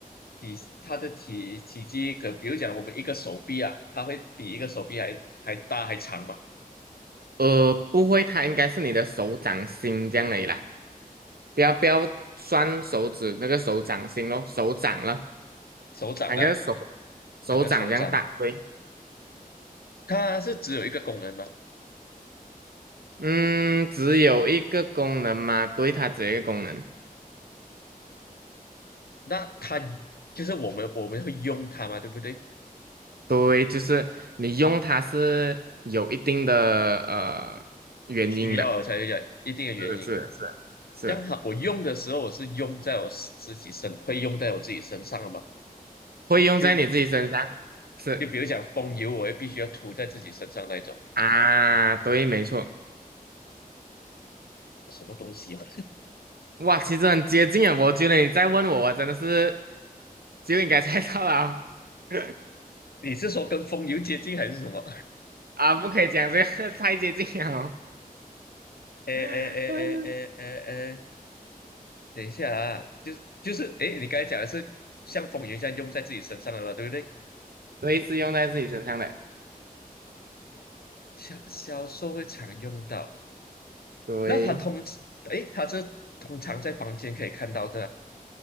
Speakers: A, on the left; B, on the right.
A: 比它的体体积可，比如讲我们一个手臂啊，它会比一个手臂还还大还长嘛，
B: 呃，不会，它应该是你的手掌心这样而已啦，不要不要算手指那个手掌心咯，手掌了，
A: 手掌啦，
B: 它应该是手手掌这样大，
A: 整个手掌，
B: 对，
A: 它是只有一个功能嘛，
B: 嗯，只有一个功能嘛，对，它只有一个功能。
A: 那它就是我们我们会用它嘛，对不对？
B: 对，就是你用它是有一定的呃原因的，
A: 需要才有一定的原因，
B: 是是是是，
A: 让它我用的时候，我是用在我自己身，会用在我自己身上了嘛，
B: 会用在你自己身上，
A: 就
B: 是
A: 就比如讲风油，我也必须要涂在自己身上那一种，
B: 啊，对，没错，
A: <laughs> 什么东西啊？
B: 哇，其实很接近啊，我觉得你再问我，我真的是就应该猜到了哦 <laughs>
A: 你是说跟风油接近还是什么？
B: 啊，不可以讲这个 <laughs> 太接近了哦，
A: 哎哎哎哎哎哎哎，
B: <laughs>
A: 等一下啊，就是就是哎，你刚才讲的是像风云一样用在自己身上的嘛，对不对？
B: 对，是用在自己身上的，
A: 销销售会常用到，
B: 对
A: 那他通哎，他这通常在房间可以看到的啊，